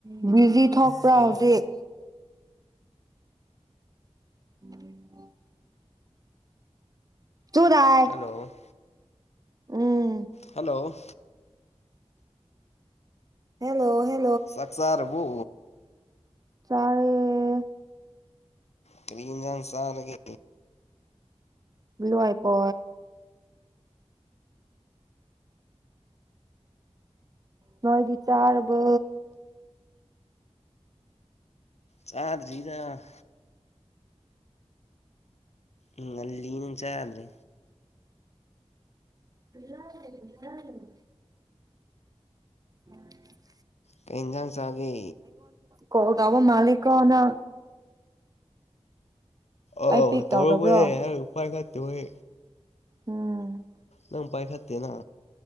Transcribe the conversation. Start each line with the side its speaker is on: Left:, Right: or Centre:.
Right: ꯎꯝ busy ꯊꯣꯛꯄ꯭ꯔꯥ
Left: hello
Right: ꯍꯧꯖꯤꯛ ꯎꯝ ꯇꯨꯗꯥꯏ
Left: ꯍꯜꯂꯣ
Right: ꯎꯝ
Left: ꯍꯜꯂꯣ
Right: ꯍꯜꯂꯣ ꯍ
Left: ꯁꯥꯛꯛꯆꯔꯕꯨ
Right: ꯆꯔꯦ
Left: ꯀꯔꯤꯝꯖꯥꯟ ꯁꯔ ꯀ
Right: ꯂꯜꯂꯋꯥꯏ ꯄꯣ ꯃꯣꯏꯗꯤ ꯆꯔꯕ
Left: ꯆꯗ꯭ꯔꯤꯗ ꯎꯝ ꯂꯤꯅ ꯆꯥ꯭ꯔꯔꯤ
Right: ꯂ ꯂꯂ ꯎ
Left: ꯀꯩ ꯏꯟꯖꯥꯡ ꯆꯥꯒꯦ
Right: ꯀꯕ ꯃꯥꯂꯀꯅ
Left: ꯑ
Right: ꯑꯩ ꯄꯤꯛ
Left: ꯇꯧꯕꯨꯦ
Right: ꯇꯧꯗꯕ꯭ꯔꯣ
Left: ꯎꯥꯏ ꯈ ꯇꯣꯏ
Right: ꯎꯝ
Left: ꯅꯪ ꯄꯥꯏꯈꯠꯇꯦꯅ